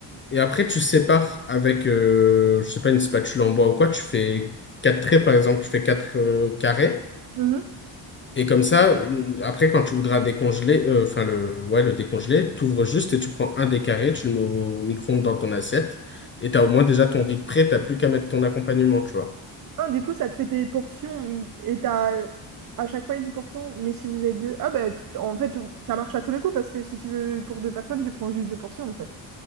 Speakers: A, on the left; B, on the right.
A: et après, tu sépares avec, euh, je sais pas, une spatule en bois ou quoi, tu fais quatre traits, par exemple, tu fais quatre euh, carrés,
B: Mhm.
A: Et comme ça, une- après, quand tu voudras décongeler, euh, enfin le, ouais, le décongeler, tu ouvres juste et tu prends un des carrés, tu le mets au micro-ondes dans ton assiette, et tu as au moins déjà ton riz de prêt, t'as plus qu'à mettre ton accompagnement, tu vois.
B: Ah, du coup, ça te fait tes portions mm, et t'as euh, à chaque fois une portion, mais si vous êtes deux... Ah bah, t- en fait, ça marche à tous les coups parce que si tu veux pour deux personnes, tu prends juste deux portions, en fait.